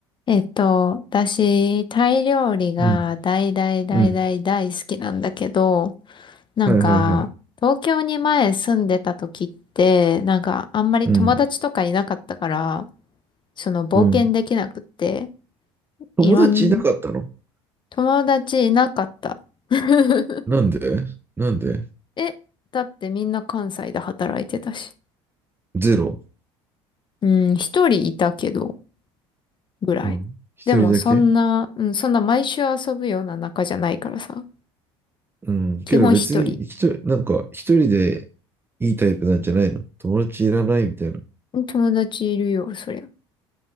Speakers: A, on the left; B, on the right.
A: えっと、私、タイ料理が大大大大大好きなんだけど、
B: うん。うん。
A: なんか、
B: はいはいはい。
A: 東京に前住んでた時って、なんか、あんまり友達とかいなかったから、
B: うん。
A: その冒険できなくって、
B: うん。友達いなかったの
A: いろん、友達いなかった。<laughs>
B: なんでなんで
A: え、だってみんな関西で働いてたし。
B: ゼロ。
A: うん、一人いたけど、ぐらい。
B: うん。一人だけ
A: でも、そんな、うん、そんな毎週遊ぶような仲じゃないからさ、
B: うん。
A: 基本一人。
B: けど別に一人、なんか一人でいいタイプなんじゃないの友達いらないみたいな。
A: 友達いるよ、そりゃ。